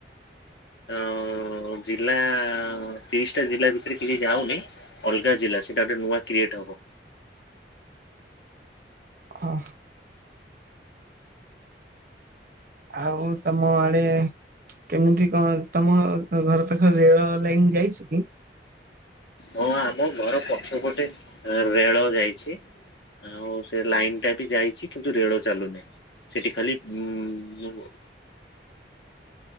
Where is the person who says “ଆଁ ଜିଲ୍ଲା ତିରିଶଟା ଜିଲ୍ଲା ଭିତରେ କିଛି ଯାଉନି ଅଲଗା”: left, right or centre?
Left